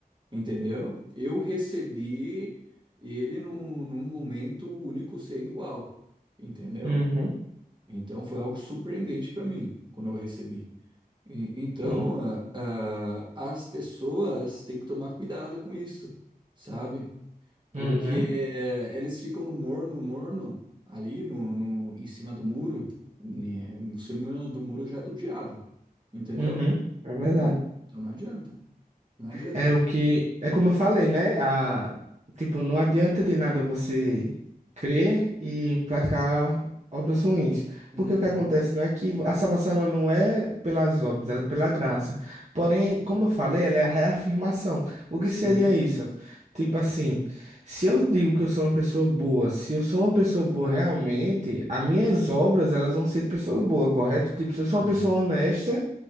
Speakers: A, on the right; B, on the right.
A: entendeu? Eu recebi ele num, num momento único sem igual, entendeu?
B: Uhum,
A: Então foi algo surpreendente pra mim quando eu recebi. E- Então,
B: uhum,
A: ah, ah, as pessoas têm que tomar cuidado com isso, sabe? Porque
B: uhum,
A: eh, eles ficam no morno, morno, ali no, no, em cima do muro. né? Em cima do muro já é do diabo, entendeu?
B: uhum, é verdade.
A: Então, então não adianta, não adianta.
B: É o que. É como eu falei, né? A, tipo, não adianta de nada você crer e praticar obras ruins.
A: Uhum.
B: Porque o que acontece não é que a salvação ela não é pelas obras, ela é pela graça. Porém, como eu falei, ela é a reafirmação. O que
A: Sim,
B: seria isso? Tipo assim, se eu digo que eu sou uma pessoa boa, se eu sou uma pessoa boa realmente, as minhas obras elas vão ser de pessoas boas, correto? Tipo, se eu sou
A: correto.
B: uma pessoa honesta.